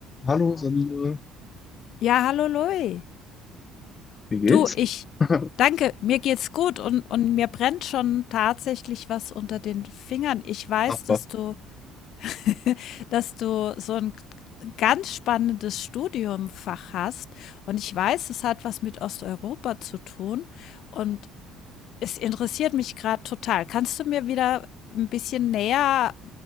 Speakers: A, on the left; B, on the left.
A: Hallo Sabine,
B: Ja, hallo Louis.
A: wie geht's?
B: Du, ich
A: <laughs>
B: danke, mir geht's gut und, und mir brennt schon tatsächlich was unter den Fingern. Ich weiß,
A: Ach
B: dass
A: was.
B: du, <laughs> dass du so ein ganz spannendes Studiumfach hast und ich weiß, es hat was mit Osteuropa zu tun und es interessiert mich gerade total. Kannst du mir wieder ein bisschen näher